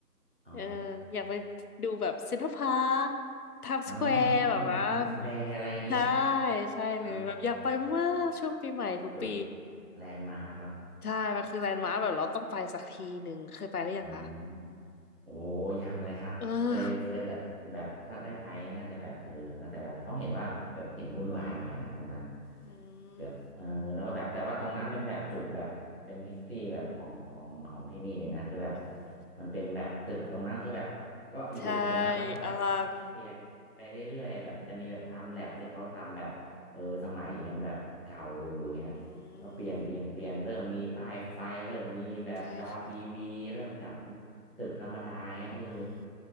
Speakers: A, on the right; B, on the left.
A: อ๋อ
B: เอออยากไปดูแบบเซ็นทรัลพาร์คไทม์สแควร์แบบนั้น
A: อ๋อไทม์สแควร์อะไรอย่างนี้
B: ใช่ใช่เลยแบบอยากไปมากช่วงปีใหม่ทุกปี
A: อ๋อจุดแลนด์มาร์กเนาะ
B: ใช่มันคือแลนด์มาร์คแบบเราต้องไปสักทีหนึ่งเคยไปหรือยังคะ
A: อืมโอ้ยังเลยครับเคยเคยแต่แบบถ้าได้ไปน่าจะแบบเออนะแต่แบบเขาเห็นว่าแบบเห็นวุ่นวายหน่อยนะตรงนั้น
B: เอออื
A: แบบเออแล้วก็แบบแต่ว่าตรงนั้นเป็นแบบจุดแบบเป็นฮิสทรีแบบของของของที่นี่เลยนะคือแบบ
B: มอืม
A: มันเป็นแบบตึกตรงนั้นคือแบบก็อยู่ตรงนั้นแล้วก็แบบ
B: ใช่อลัง
A: เปลี่ยนไปเรื่อยๆแบบจะมีแบบไทม์แลปที่เขาทำแบบเออสมัยยังแบบเก่าอยู่เงี้ย
B: อื
A: เราเปลี่ยนเปลี่ยนเปลี่ยนเริ่มมีป้ายไฟเริ่มมีแบบจอทีวีเริ่มจากเป็นตึกธรรมดาเงี้ยเออ
B: มใช่ค่ะอืม